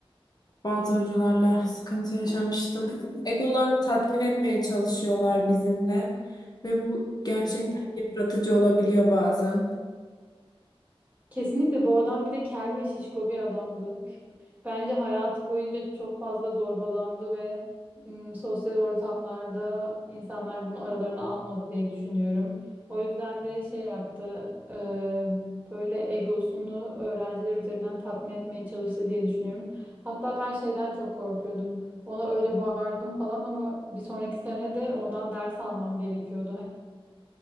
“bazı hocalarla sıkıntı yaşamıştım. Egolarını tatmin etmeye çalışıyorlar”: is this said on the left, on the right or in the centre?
Left